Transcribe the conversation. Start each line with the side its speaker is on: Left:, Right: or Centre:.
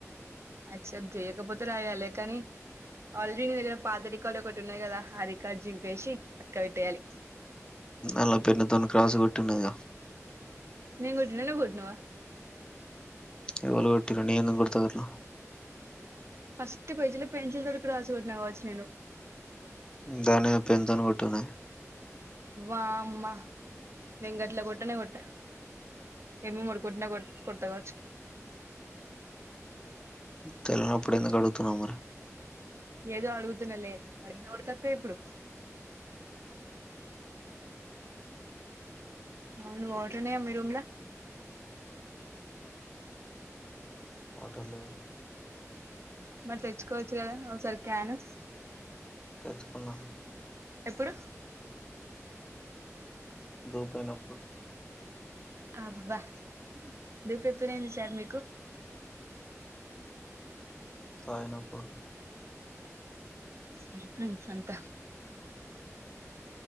Right: యాక్సెప్ట్ చేయకపోతే రాయాలి కానీ ఆల్రెడీ నీ దగ్గర పాత రికార్డు ఒకటి ఉన్నది కదా ఆ రికార్డు చింపేసి అక్కడ పెట్టేయాలి
Left: అల పెన్న తొని క్రాస్ కొట్టి ఉన్నదిగా
Right: నేను గొట్టినాన నువ్వు గొట్టినావ
Left: ఎవళు కొట్టిర్రు నేనెందుకు కొడతా అట్లా
Right: ఫస్ట్ పోయి పెన్సి తో క్రాస్ పెట్టినా నేను
Left: దాన్ని నేను పెన్ తోనే కొట్టాన
Right: వామ్మా నేం గట్లా కొట్టనే కొట్ట ఏమో మరి కొట్టిన కొ కొట్ట వచ్చు
Left: తెలవనప్పుడు ఎందుకు అడుగుతున్నావ్ మరి
Right: ఏదో అడుగుతున్న లే అడిగి గూడ తప్పే ఇప్పుడు అవును వాటర్ ఉన్నాయ మీ రూమ్ ల
Left: వాటర్ లేవు
Right: మరి తెచ్చుకోవచ్చు కదా ఒకసారి క్యాను
Left: తెచ్చుకున్నా
Right: ఎప్పుడు
Left: దో పైనప్పుడు
Right: అబ్బా దూపు ఎప్పుడైంది సార్ మీకు
Left: తయినపూర్
Right: సరిపోయింది సంత